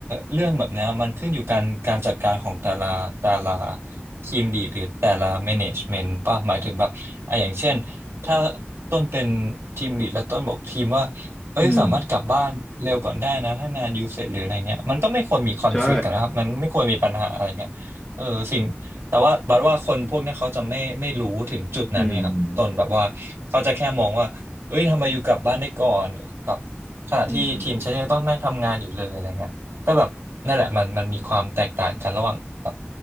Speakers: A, on the right; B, on the left.
A: เรื่องแบบเนี้ยมันขึ้นอยู่การการจัดการของแต่ละแต่ละทีมลีดหรือแต่ละแมネจเมนต์ป่ะหมายถึงแบบอ่ะอย่างเช่นถ้าต้นเป็นทีมลีดแล้วต้นบอกทีมว่าเอ้ยสามารถกลับบ้านเร็วก่อนได้นะถ้างานยูเสร็จหรืออะไรเงี้ยมันก็ไม่ควรมีคอนฟ
B: อืมใช่
A: lict กต์กันนะครับมันไม่ควรมีปัญหาอะไรเงี้ยเออสิ่งแต่ว่าบัดว่าคนพวกเนี้ยเขาจะไม่ไม่รู้ถึงจุดนั้นเนี่ยครับต้นแบบว่าเขาจะแค่มองว่าเอ้ยทำไมอยู่กลับบ้านได้ก่อนแบบ
B: อืม
A: ขณะที่ทีมฉันยังต้องนั่งทำงานอยู่เลยอะไรเงี้ยก็แบบนั่นแหละมันมันมีความแตกต่างกันระหว่างแบบ
B: อืม